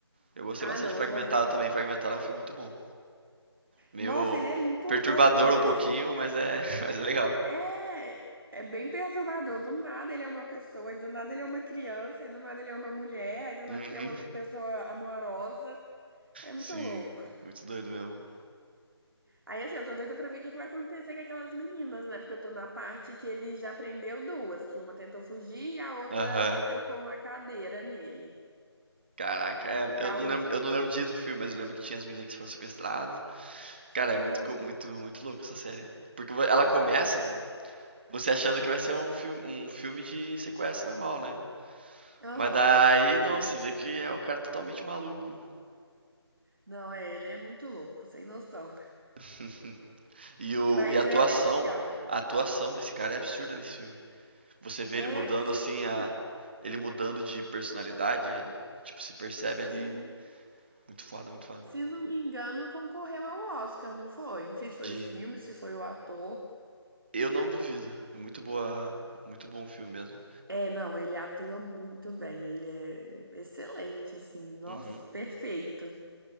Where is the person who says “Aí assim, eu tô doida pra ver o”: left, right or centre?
Right